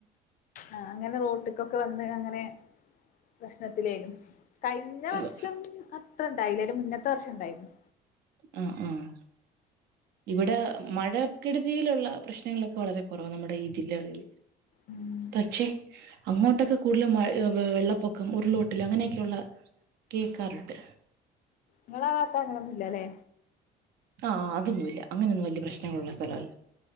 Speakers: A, on the left; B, on the right.
A: ആഹ് അങ്ങനെ റോട്ടിക്കൊക്കെ വന്ന് അങ്ങനെ പ്രശ്നത്തിലേനു കഴിഞ്ഞ
B: ഉം
A: വർഷം അത്ര ഇണ്ടായില്ലാലും മുന്നത്തെ വർഷം ഉണ്ടായിരുന്നു.
B: അഹ് അഹ്. ഇവിടെ മഴക്കെട്തിയിലുള്ള പ്രശ്നങ്ങളൊക്കെ വളരെ കുറവ് നമ്മുടെ ഈ ജില്ലകളിൽ.
A: ഉം
B: പക്ഷെ അങ്ങോട്ടൊക്കെ കൂടലും മഴ വെള്ളപ്പൊക്കം ഉരുളൊട്ടൽ അങ്ങനെയൊക്കെയുള്ള കേക്കാറുണ്ട്.
A: ഇങ്ങളാ ഭാഗത്ത് അങ്ങനൊന്നുല്ലല്ലെ?
B: ആഹ് അതൊന്നുല്ല അങ്ങനൊന്നും വലിയ പ്രശ്നങ്ങളുള്ള സ്ഥല അല്ല.